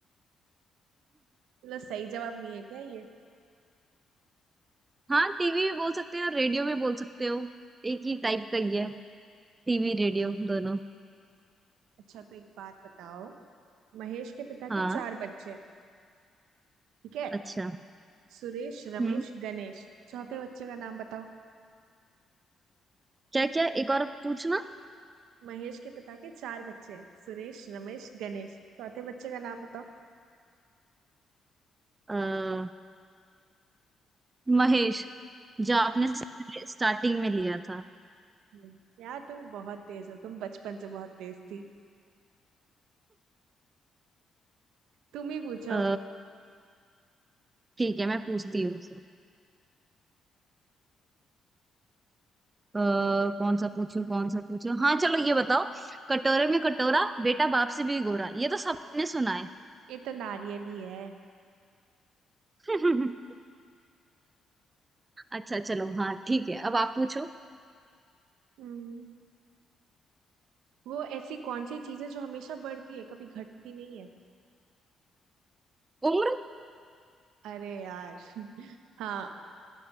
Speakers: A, on the right; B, on the right.
A: चलो सही जवाब नहीं है क्या ये
B: हाँ टीवी भी बोल सकते हो रेडियो भी बोल सकते हो एक ही टाइप का ही है टीवी रेडियो
A: हम्म।
B: दोनों
A: अच्छा तो एक बात बताओ महेश के पिता
B: हाँ
A: के चार बच्चे हैं ठीक है
B: अच्छा
A: सुरेश रमेश
B: हम्म
A: गणेश चौथे बच्चे का नाम बताओ
B: क्या क्या एक और पूछना
A: महेश के पिता के चार बच्चे हैं सुरेश रमेश गणेश चौथे बच्चे का नाम बताओ
B: अ, महेश जो आपने सबसे स्टार्टिंग में लिया था
A: हम्म, यार तुम बहुत तेज हो तुम बचपन से बहुत तेज थी तुम ही पूछो
B: अ, ठीक है मैं पूछती हूँ अ, कौन सा पूछूं कौन सा पूछूं हाँ चलो ये बताओ कटोरे में कटोरा बेटा बाप से भी गोरा ये तो सबने सुना है
A: ये तो नारियल ही है
B: <laughs> अच्छा चलो हाँ ठीक है अब आप पूछो
A: हम्म, वो ऐसी कौन सी चीज है जो हमेशा बढ़ती है कभी घटती नहीं है
B: उम्र
A: अरे यार <laughs> हाँ